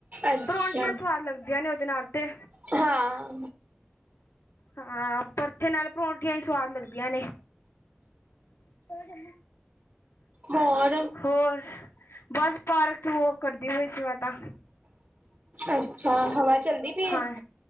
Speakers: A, on the right; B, on the left.
A: ਅੱਛਾ,
B: ਪਰੋਂਂਠੀਆਂ ਸਵਾਦ ਲੱਗਦੀਆਂ ਨੇ ਉਦੇ ਨਾਲ ਤੇ
A: ਹਾਂ।
B: ਹਾਂ, ਪਰਥੇ ਨਾਲ ਪਰੌਂਠੀਆਂ ਈ ਸਵਾਦ ਲੱਗਦੀਆਂ ਨੇਂ। ਸੋ ਜਾ
A: ਹੋਰ।
B: ਹੋਰ, ਬਸ ਪਾਰਕ ਚ ਵਾਕ ਕਰਦੀ ਪਈ ਸੀ ਮੈਂ ਤਾਂ।
A: ਅੱਛਾ, ਹਵਾ ਚਲਦੀ ਪਈ ਏ।
B: ਹਾਂ